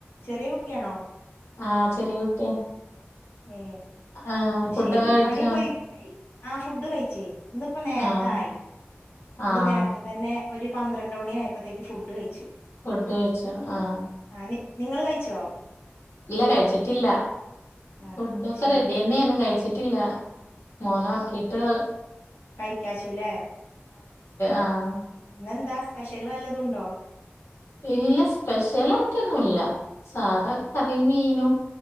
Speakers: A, on the left (about 60°); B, on the left (about 85°).
A: ചെറിയ കുട്ടിയാണോ?
B: ആ ചെറിയ കുട്ടിയാ.
A: ഏ
B: ആഹ് ഫുഡൊക്കെ
A: ശരി
B: കഴിച്ചോ
A: പണിയൊക്കെ ഒരി ആ ഫുഡ് കഴിച്ചേ ഇന്നിപ്പ നേരത്തെ
B: ആഹ്
A: ആയി അതൊണ്ട്
B: ആഹ്
A: നേരത്തെ തന്നെ ഒരു പന്ത്രണ്ട് മണി ആയപ്പോഴത്തേക്ക് ഫുഡ് കഴിച്ചു.
B: ഫുഡ് കഴിച്ചാ ആ
A: ആഹ് നിങ്ങള് കഴിച്ചോ?
B: ഇല്ല കഴിച്ചിട്ടില്ല.
A: ആഹ്
B: ഫുഡൊക്കെ
A: ശെരി
B: റെഡി തന്നെയാണ് കഴിച്ചിട്ടില്ല. മോന് ഉറക്കീട്ട്.
A: ക്കാഷൂലെ
B: ആഹ്
A: ഇന്നെന്താ സ്പെഷ്യല് വല്ലതൂണ്ടോ?
B: ഇല്ല. സ്പെഷ്യൽ ആയിട്ടൊന്നുംല്ല സാധാ കറീം മീനും.